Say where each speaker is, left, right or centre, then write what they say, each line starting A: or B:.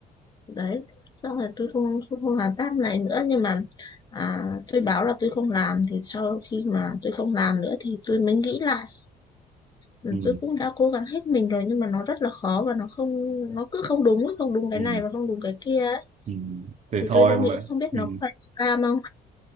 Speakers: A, on the left; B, on the right.
A: đấy xong rồi tôi không tôi không làm task này nữa nhưng mà à, tôi báo là tôi không làm thì sau khi mà tôi không làm nữa thì tôi mới nghĩ lại Ừ,
B: ừ,
A: tôi cũng đã cố gắng hết mình rồi nhưng mà nó rất là khó và nó không nó cứ không đúng ấy, không đúng cái
B: ừ,
A: này và không đúng cái kia ấy.
B: ừ. Thì
A: thì
B: thôi
A: tôi đang
B: mà.
A: nghĩ không biết
B: Ừ.
A: nó có phải scam không